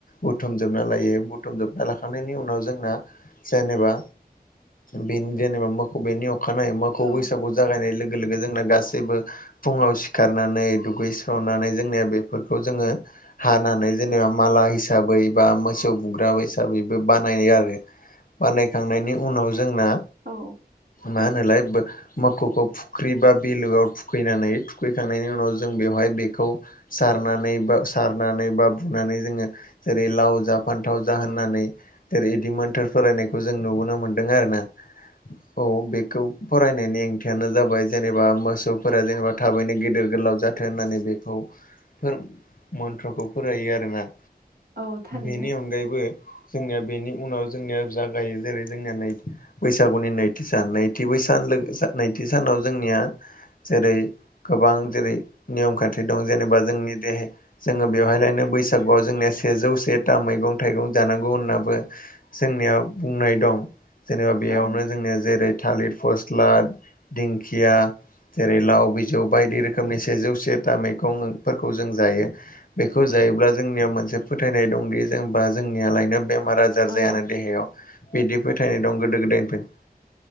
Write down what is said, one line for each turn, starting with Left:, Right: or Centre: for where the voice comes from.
Left: बुथुमजोबना लायो बुथुमजोबना लाखांनायनि उनाव जोंना जेनेबा बे जेनेबा मोखौ बेनि अखानायै मोखौ
Right: औ
Left: बैसागु जागायनाय लोगो लोगो जोंना गासैबो फुङाव सिखारनानै दुगैस्रोननानै जोंनिया बे फोरखौ जोङो हानानाय जेनेबा माला हिसाबै बा मोसौ बुग्रााब हिसाबैबो बानायनाय आरो बानायखांनायनि उनाव जोंना
Right: औ
Left: मा होनोलाय बो मोखौौखौ फुख्रि बा बिलोआव थुखैनानै थुखैखांनायनि उनाव जों बेवहाय बेखौ सारनानै बा सारनानै बा बुनानै जोङो जेरै लाव जा फान्थाव जा होननानै जेर बिदिमोनथार फरायनायखौ जों नुबोनो मोन्दों आरो ना औ बेखौ फरायनायनि ओंथियानो जाबाय जेनेबा मोसौफोरा जेनेबा थाबैनो गिदिर गोलाव जाथों होननानै बेखौ फोर मन्त्रखौ फरायो आरोना
Right: औ थारैनो
Left: बेनि अनगायैबो जोंनिया बेनि उनाव जोंनिया जागायो जेरै जोंनिया बैसागुनि नै सान नैथि बै सान नैथि सानाव जोंनिया जेरै गोबां जेरै नियम खान्थि दं जेनेबा जोंनि देहाया जोङो बेवहायलायनो बैसागुआव जोंनिया सेजौ सेथा मैगं थाइगं जानांगौ होननाबो जोंनिया बुंनाय दं। जेनेबा बेयावनो
Right: औ
Left: जोंनिया जेरै, थालिर फस्ला, दिंखिया। जेरै लाव बिजौ बायदि रोखोमनि सेजौ सेथा मैगंफोरखौ जों जायो। बेखौ जायोब्ला जोंनियाव मोनसे फोथायनाय दंदि जेनेबा जोंनियालायनो बेमार आजार
Right: औ
Left: बेमार जायानो देहायाव बिदि फोथायनाय दं गोदो गोदायनिफ्राय